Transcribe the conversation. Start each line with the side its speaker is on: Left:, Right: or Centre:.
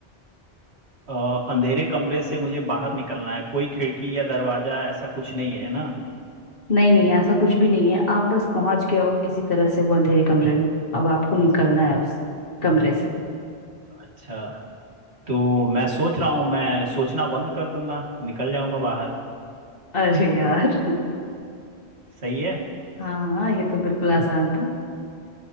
Right: अ, अंधेरे कमरे से मुझे बाहर निकलना है कोई खिड़की या दरवाजा ऐसा कुछ नहीं है ना
Left: नहीं नहीं ऐसा कुछ भी नहीं है आप बस पहुंच गए हो किसी तरह से वो अंधेरे कमरे में अब आपको निकलना है उस कमरे से
Right: अच्छा तो मैं सोच रहा हूँ मैं सोचना बंद कर दूंगा निकल जाऊंगा बाहर
Left: अरे यार <laughs>
Right: सही है
Left: हाँ हाँ ये तो बिल्कुल आसान था